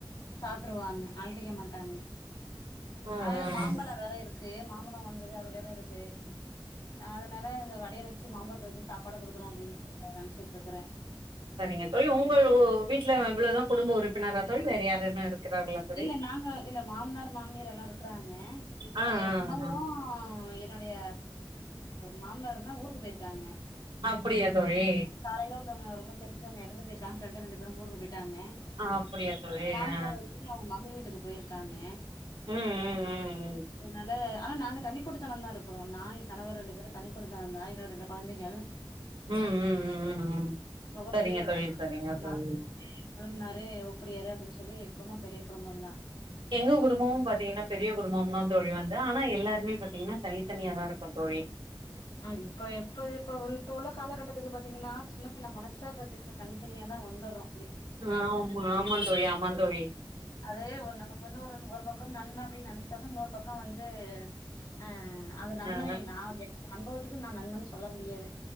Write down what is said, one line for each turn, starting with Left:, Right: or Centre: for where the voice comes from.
Left: சாப்ட்ருவாங்க அழ்ட்டிக்க மாட்டாங்க
Right: ம்
Left: அ
Right: ம்
Left: மாம்பழ வேற இருக்கு மாம்பழம் வந்தது அது வேற இருக்கு அதனால அப்டே வச்சு மாம்பழத்த வச்சு சாப்பாடு கொடுத்திருவோ அப்டின்ட்டு நெனச்சிட்டு இருக்கறேன்
Right: சரிங்க தோழி உங்க வீட்ல இவ்ளோதா குடும்ப உறுப்பினரா தோழி வேற யாருனும் இருக்கிறார்களா தோழி
Left: இல்ல நாங்க இல்ல மாமனார் மாமியார் எல்லா இருக்குறாங்க
Right: ஆ
Left: எ
Right: ஆ
Left: கணவரூ
Right: ஆ
Left: என்னுடைய மாம்னாருந்தான் ஊருக்கு போயிருக்காங்க
Right: அப்டியா தோழி
Left: காலைல ஒருத்தவுங்க ரொம்ப தெரிஞ்சவுங்க எறந்து போயிருக்காங்க டு ரெண்டு பேரு ஊருக்கு போயிட்டாங்க
Right: ஆ அப்படியா தோழி
Left: மாமியார்
Right: ஆ
Left: வந்து அவுங்க மகள் வீட்டுக்கு போயிருக்காங்க
Right: ஆ ம்
Left: அதனால ஆனா நாங்க தனி குடித்தனந்தா இருக் அப்புறோ நா என் கணவர் ரெண்டு பேரும் தனி குடுத்தனந் தா என்னோட ரெண்டு கொழந்தைகள்
Right: ம் ம் ம் ம் ம்
Left: ரொம்ப
Right: சரிங்க
Left: பெரிய குடும்பம்
Right: தோழி சரிங்க தோழி
Left: நாத்தனாரு கொழுந்தனாரு ஒப்படியாரு அப்டின் சொல்லி குடும்பம் பெரிய குடும்பம் தான்
Right: எங்க குடும்பமும் பாத்தீங்கன்னா பெரிய குடும்பம் தா தோழி வந்து ஆனா எல்லாருமே பாத்தீங்கன்னா தனித்தனியா தா இருக் க்கோ தோழி
Left: ஆ இப்ப எப்ப இப்ப இப்ப உள்ள காலகட்டத்துக்கு பாத்தீங்கன்னா சின்ன சின்ன மனஸ்தாபத்துக்கு தனித்தனியா தா வந்துட்றோ
Right: ஆமா ஆமாந்தோழி ஆமாந்தோழி
Left: அதே ஒரு நமக்கு வந்து ஒரு ஒரு பக்கம் நன்மை அப்டின்னு நெனச்சாலு இன்னொரு பக்கம் வந்து அ அ அ அது நண்பனே
Right: ஆ
Left: நா எனக்கு அனுபவத்துக்கு நா நண்பன் சொல்ல முடியாது